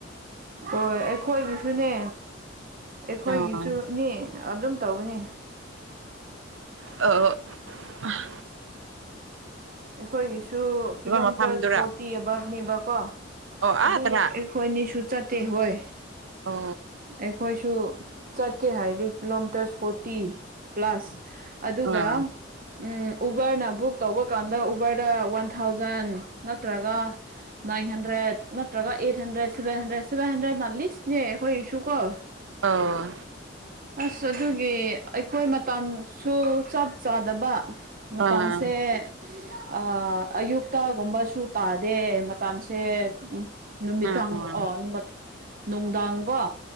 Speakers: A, on the right (about 45°); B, on the right (about 70°).
A: ꯍꯣꯏ ꯑꯩꯈꯣꯏꯒꯤꯁꯨꯅꯦ ꯑꯩꯈꯣꯏꯒꯤꯁꯨꯅꯤ
B: ꯑꯥ
A: ꯑꯗꯨꯝ ꯇꯧꯕꯅꯤ
B: ꯑ ꯑꯣ ꯑꯥ
A: ꯑꯩꯈꯣꯏꯒꯤꯁꯨ ꯀꯤꯂꯣꯃꯤꯇꯔꯁ
B: ꯃꯐꯝꯗꯨꯔꯥ
A: ꯐꯣꯔꯇꯤ ꯑꯕꯞꯅꯦꯕꯀꯣ
B: ꯑꯣ
A: ꯑꯗꯨꯒꯤ
B: ꯑꯥꯗꯔꯥ
A: ꯍꯣꯏꯅꯤꯁꯨ ꯆꯠꯇꯦ ꯍꯣꯏ
B: ꯑꯣ
A: ꯑꯩꯈꯣꯏꯁꯨ ꯆꯠꯀꯦ ꯍꯥꯏꯔꯗꯤ ꯀꯤꯂꯣꯃꯤꯇꯔ ꯐꯣꯔꯇꯤ ꯄ꯭ꯂꯁ ꯑꯗꯨꯒ
B: ꯑꯥ
A: ꯎꯝ ꯎꯕꯔꯅ ꯕꯨꯛ ꯇꯧꯕ ꯀꯥꯟꯗ ꯎꯕꯔꯗ ꯋꯥꯟ ꯊꯥꯎꯖꯟ ꯅꯠꯇ꯭ꯔꯒ ꯅꯥꯏꯟ ꯍꯟꯗ꯭ꯔꯦꯠ ꯅꯠꯇ꯭ꯔꯒ eight hundred seven hundred seven hundred ꯅ ꯂꯤꯁꯅꯦ ꯍꯣꯏ ꯁꯨ ꯀꯣ
B: ꯑꯣ
A: ꯑꯁ ꯑꯗꯨꯒꯤ ꯑꯩꯈꯣꯏ ꯃꯇꯝꯁꯨ ꯆꯞ ꯆꯥꯗꯕ ꯃꯇꯝꯁꯦ
B: ꯑꯥ
A: ꯑ ꯑꯌꯨꯛꯇꯒꯨꯝꯕꯁꯨ ꯇꯥꯗꯦ ꯃꯇꯝꯁꯦ ꯎꯃ ꯅꯨꯃꯤꯗꯥꯡ
B: ꯑꯥ
A: ꯑꯣ ꯅꯨꯡꯗꯥꯡ ꯀꯣ